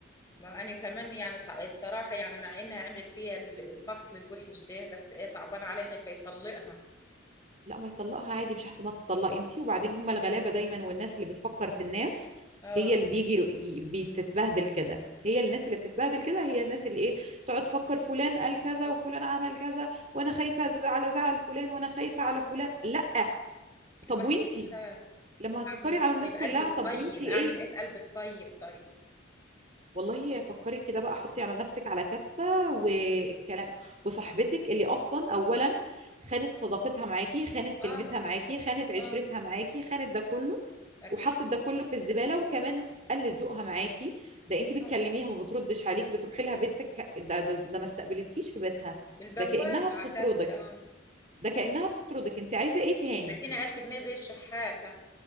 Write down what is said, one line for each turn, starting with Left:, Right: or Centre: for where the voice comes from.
Left: ما انا كمان يعني صع- الصراحه يعني مع انها عملت فيها ال- الفصل الوحش ده بس ايه صعبان عليا خايفه يطلقها
Right: لا ما يطلقها عادي مش احسن ما تطلقي انتي وبعدين هم الغلابة دايما والناس اللي بتفكر في الناس
Left: اه
Right: هي اللي بيجي ي- بتتبهدل كده هي الناس اللي بتتبهدل كده هي الناس اللي ايه تقعد تفكر فلان قال كذا وفلان عمل كذا وانا خايفة أز- على زعل فلان وانا خايفة
Left: اه
Right: على فلان لا طب
Left: الواحد
Right: وانتي
Left: بيخاف
Right: لما هتفكري
Left: اعمل ايه
Right: على الناس
Left: طيب قلب
Right: كلها
Left: الطيب
Right: طب وانتي
Left: اعمل
Right: ايه
Left: ايه في قلب الطيب طيب
Right: والله فكري كده بقى حطي على نفسك على كفة والكلام وصاحبتك اللي أصلا أولا خانت صداقتها معاكي خانت كلمتها
Left: اه
Right: معاكي خانت عشرتها
Left: اه
Right: معاكي خانت ده كله
Left: اكيد
Right: وحطت ده كله في الزبالة وكمان قلت ذوقها معاكي ده انت بتكلميها
Left: اه
Right: ما بتردش عليكي بتروحي لها بيتك ده ده, ده ما استقبلتكيش في بيتها
Left: بالبواب
Right: ده كأنها
Left: بعتت
Right: بتطردك
Left: لي اه
Right: ده كأنها بتطردك انت عايزة ايه تاني
Left: بعتيني 1000 جنيه زي الشحاتة